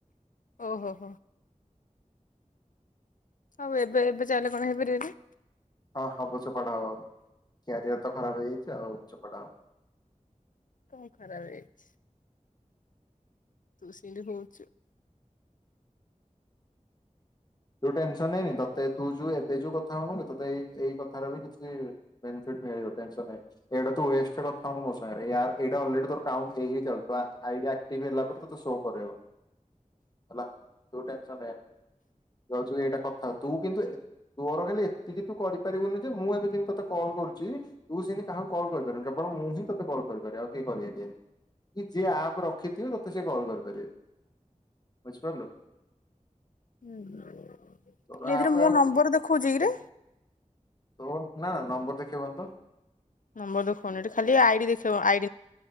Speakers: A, on the left (about 80°); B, on the left (about 30°).
A: ଓହୋ ହୋ। ଆଉ ଏବେ ଏବେ ଚାହିଁଲେ କଣ ହେଇପାରିବାନି?
B: ହଁ ହବ ଚୋପାଟା ହବ ଆଉ। କ୍ୟାରିଅର ତ ଖରାପ ହେଇଯାଇଛି ଆଉ ଚୋପାଟା ହବ।
A: କଣ ଖରାପ ହେଇଛି? ତୁ ସେମିତି ହୋଉଚୁ।
B: ତୁ ଟେନସନ୍ ନେନି ତତେ ତୁ ଯୋଉ ଏବେ ଯୋଉ କଥା ହଉନୁ ତତେ ଏଇ କଥାର ବି କିଛି ବେନିଫିଟ୍ ମିଳିବ ଟେନସନ୍ ନେନି। ଏଇଟା ତୁ ୱେଷ୍ଟ ରେ କଥା ହଉନୁ ମୋ ସାଙ୍ଗରେ, ଏଆର ଏଇଟା ଅଲ୍ରେଡି ତୋର କାଉଣ୍ଟ ହେଇ ହେଇ ଚାଲୁଚି ତୋ ଆଇଡି ଆକ୍ଟିଭି ହେଲା ପରେ ତତେ ଶୋ କରେଇବ ହେଲା। ତୁ ଟେନସନ୍ ନେନି। ତୁ ଭାବୁଛୁ ଏଇଟା କଥା ହୋଉ, ତୁ କିନ୍ତୁ ତୋର ଖାଲି ଏତିକି ତୁ କରିପାରିବୁନୁ ଯେ ମୁଁ ଏବେ ଯେମିତି ତୋତେ କଲ୍ କରୁଛି ତୁ ସେମିତି କାହାକୁ କଲ୍ କରିପାରିବୁନି କେବଳ ମୁଁ ହିଁ ତତେ କଲ୍ କରିପାରିବି। ଆଉ କେହି କରିପାରିବେନି। କି ଯିଏ ଆପ୍ ରଖିଥିବେ ତତେ ସେ କଲ୍ କରିପାରିବେ ବୁଝିପାରିଲୁ?
A: ହୁଁ।
B: ତୋର
A: ଏଥିରେ
B: ଆପ୍
A: ମୋ
B: ଆଉ
A: ନମ୍ବର ଦେଖଉଛି କିରେ?
B: ତୋ ନା ନା ନମ୍ବର ଦେଖେଇବନିତ।
A: ନମ୍ବର ଦେଖଉନି ଏଠି ଖାଲି ଆଇଡି ଦେଖେଇବ ଆ